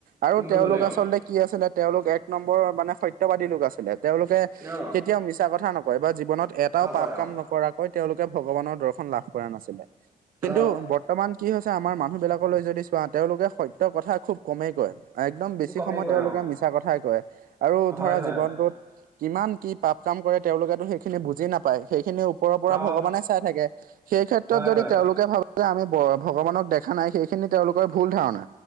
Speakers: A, on the right; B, on the right.
A: আৰু
B: নহ'লে
A: তেওঁলোক আচলতে
B: অ
A: কি আছিলে, তেওঁলোক এক নম্বৰ মানে সত্যবাদী লোক আছিলে। তেওঁলোকে
B: অ
A: কেতিয়াও মিছা কথা নকয় বা জীৱনত এটাও
B: নকয়
A: পাপ কাম
B: অ
A: নকৰাক কয়, তেওঁলোকে ভগৱানৰ দৰ্শন লাভ কৰা নাছিলে কিন্তু
B: অ
A: বৰ্তমান কি হৈছে আমাৰ মানুহবিলাকলৈ যদি চোৱা, তেওঁলোকে সত্যৰ কথা খুব কমেই কয়। একদম বেছি
B: অ কমেই
A: সময়
B: কয়
A: তেওঁলোকে
B: অ
A: মিছা কথাই কয়। আৰু ধৰা
B: হয় হয়
A: জীৱনটোত কিমান কি পাপ কাম কৰে, তেওঁলোকেতো সেইখিনি বুজি নাপায়। সেইখিনি ওপৰৰ পৰা
B: অ
A: ভগৱানে চাই থাকে। সেই ক্ষেত্ৰত
B: হয়
A: যদি
B: হয়
A: তেওঁলোকে ভাবে যে আমি ভগৱানক দেখা নাই। সেইখিনি তেওঁলোকৰ ধাৰণা,